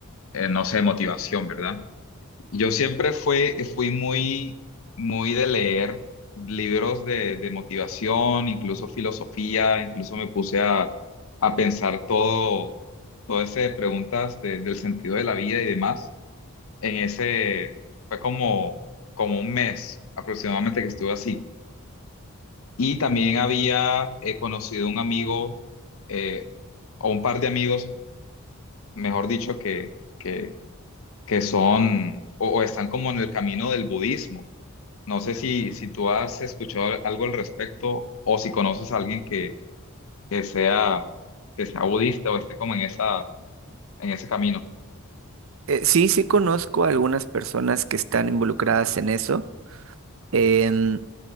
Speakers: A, on the left; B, on the right.
A: eh, no sé, motivación, ¿verdad? Yo siempre fue, fui muy, muy de leer libros de, de motivación, incluso filosofía, incluso me puse a, a pensar todo, todo ese de preguntas de- del sentido de la vida y demás. En ese, fue como, como un mes aproximadamente que estuve así. Y también había eh, conocido un amigo, eh, o un par de amigos, mejor dicho, que, que, que son o o están como en el camino del budismo. No sé si, si tú has escuchado algo al respecto o si conoces a alguien que, que sea, que sea budista o esté como en esa, en ese camino.
B: Eh, sí, sí conozco a algunas personas que están involucradas en eso. Em,